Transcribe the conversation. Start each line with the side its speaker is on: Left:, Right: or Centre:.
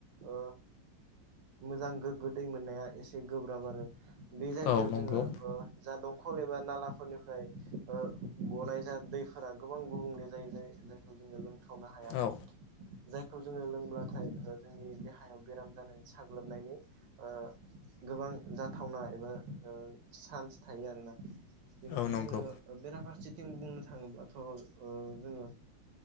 Right: ओ मोजां गोग्गो दै मोननाया एसे गोब्राब आरो बे जायगायाव
Left: औ नंगौ
Right: जोङो ओ जा दंखल एबा नाला फोरनिफ्राय ओ गनाय जा दैफोरा गोबां गुबुंले जायो जाय जायखौ जोङो लोंथा वनो हाया
Left: औ
Right: जायखौ जोङो लोंब्लाथाय ओ जोंनि देहायाव बेराम जानायनि साग्लोबनायनि ओ गोबां जाथावना एबा ओ चान्स थायो आरोना बेनिफ्राय
Left: औ नंगौ
Right: जोङो बेराफारसेथिं बुंनो थाङोब्लाथ' ओ जोङो